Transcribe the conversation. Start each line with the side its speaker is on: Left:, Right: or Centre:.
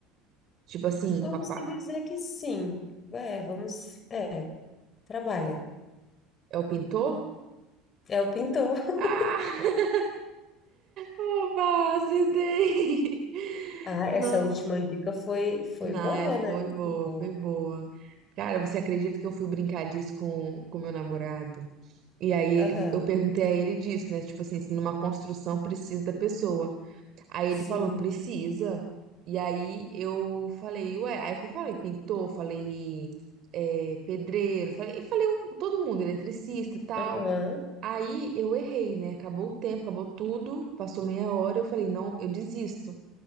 Right: Tipo assim,
Left: Vamos
Right: com a, pa-
Left: se dizer que sim. É, vamos. É, trabalha.
Right: é o pintor?
Left: É o pintor. <laughs>
Right: Ah, <laughs> oba, acertei!
Left: Ah, essa
Right: Não,
Left: última dica foi, foi
Right: não,
Left: boa,
Right: é-
Left: né?
Right: foi boa,
Left: Tipo,
Right: foi boa. Cara, você acredita que eu fui brincar disso com com meu namorado? E aí ele,
Left: aham,
Right: eu perguntei a ele disso, né? Tipo assim, se numa construção precisa da pessoa. Aí
Left: sim,
Right: ele falou, precisa. E aí eu falei, ué, aí eu fui, falei, pintor, falei, é, pedreiro, falei, e falei um- todo mundo, eletricista, tal.
Left: aham.
Right: Aí eu errei, né? Acabou o tempo, acabou tudo, passou meia hora, eu falei, não, eu desisto.